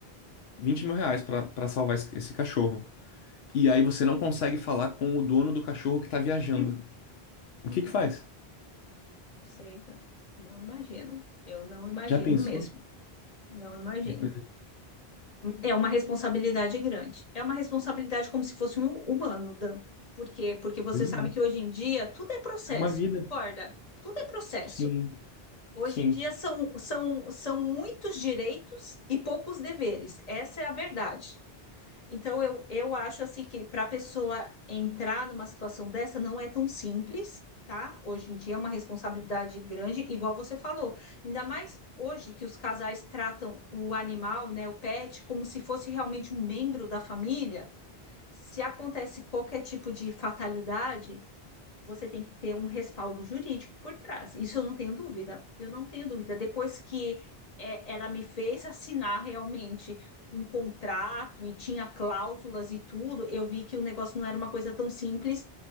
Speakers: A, on the left; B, on the left.
A: Vinte mil reais pra pra salvar esse, esse cachorro. E aí você não consegue falar com o dono do cachorro que tá viajando.
B: Hum.
A: O
B: <laughs>
A: que que faz?
B: Não sei, tá? Não imagino. Eu não imagino
A: Já pensou?
B: mesmo. Não imagino.
A: É coisa.
B: É uma responsabilidade grande. É uma responsabilidade como se fosse um humano, Dan. Por quê? Porque você
A: Pois
B: sabe
A: é.
B: que hoje em dia tudo é processo,
A: É uma vida.
B: concorda? Tudo é processo.
A: Sim,
B: Hoje
A: sim.
B: em dia são, são, são muitos direitos e poucos deveres. Essa é a verdade. Então, eu, eu acho assim que para a pessoa entrar numa situação dessa não é tão simples, tá? Hoje em dia é uma responsabilidade grande, igual você falou. Ainda mais hoje que os casais tratam o animal, né, o pet, como se fosse realmente um membro da família. Se acontece qualquer tipo de fatalidade, você tem que ter um respaldo jurídico por trás. Isso eu não tenho dúvida. Eu não tenho dúvida. Depois que é, ela me fez assinar realmente um contrato e tinha cláusulas e tudo, eu vi que o negócio não era uma coisa tão simples